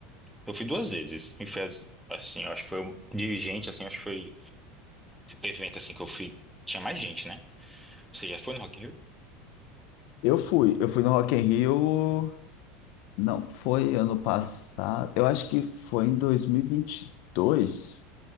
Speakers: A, in the centre; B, on the left.
A: eu fui duas vezes. E foi as- assim, eu acho que foi o dirigente, assim, acho que foi evento assim que eu fui. Tinha mais gente, né? Você já foi no Rock in Rio?
B: Eu fui, eu fui no Rock in Rio, não foi ano passado, eu acho que foi em 2022